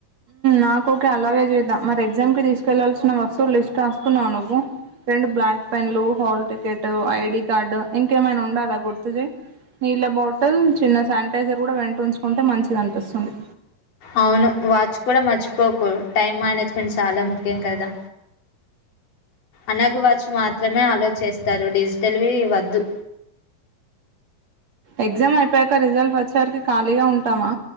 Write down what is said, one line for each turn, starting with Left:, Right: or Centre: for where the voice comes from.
Right: నాకు ఓకే అలాగే చేద్దాం. మరి ఎగ్జామ్కి తీసుకెళ్ళాల్సిన వస్తువులు లిస్ట్ రాసుకున్నావ నువ్వు. రెండు బ్లాక్ పెన్లు, హాల్ టికెట్, ఐడి కార్డు ఇంకేమైనా ఉండాలా గుర్తు చేయి. నీళ్ళ బాటిల్, చిన్న శానిటైజర్ కూడా వెంట ఉంచుకుంటే, మంచిది అనిపిస్తుంది.
Left: అవును వాచ్ కూడా మర్చిపోకు టైమ్ మేనేజ్ చాలా ముఖ్యం కదా అనగవ మాత్ర మాత్రమే అలో చేస్తారు డిజిటవేర్ వద్దు
Right: ఎగ్జామ్ అయిపోయాక రిజల్ట్ వచ్చేవారికి ఖాళీగా ఉంటామా.